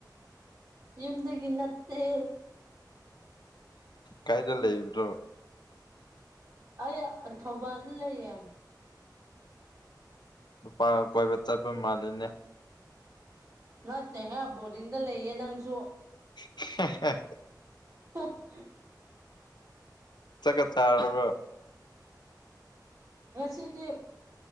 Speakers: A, on the right (about 55°); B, on the left (about 75°).
A: ꯌꯝꯗꯗꯒꯤ ꯅꯠꯇꯦ
B: ꯀꯥꯏꯗ ꯂꯩꯗ
A: ꯑ ꯑ ꯊꯧꯕꯥꯔ ꯂꯩ ꯌꯥꯝ
B: ꯑꯄꯥ ꯀꯣꯏꯕ ꯆꯠꯄ ꯃꯥꯜꯂꯤꯅꯦ
A: ꯅꯠꯇꯦꯍꯦ ꯕꯣꯔꯗꯤꯡꯗ ꯂꯩꯌꯦ ꯅꯪꯁꯨ
B: <unintelligible> <inaudible>
A: ꯍ <unintelligible> <inaudible>
B: ꯆ ꯀ ꯇꯥꯔꯔꯕ
A: ꯁꯦꯗꯤ